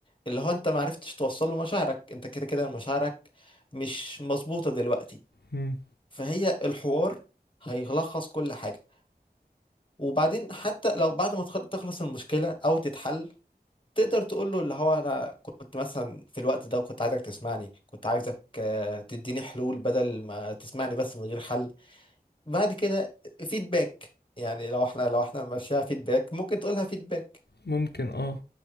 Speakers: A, on the left; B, on the left.
A: اللي هو انت معرفتش توصل له مشاعرك انت كده كده مشاعرك مش مظبوطة دلوقتي
B: مم.
A: فهي الحوار هيلخص كل حاجة وبعدين حتى لو بعد ما تخ- تخلص المشكلة او تتحل تقدر تقول له اللي هو انا كنت مثلا في الوقت ده كنت عايزك تسمعني كنت عايزك آه، تديني حلول بدل ما تسمعني بس من غير حل بعد كده فيدباك يعني لو احنا لو احنا ماشيها فيدباك ممكن تقولها فيدباك
B: ممكن اه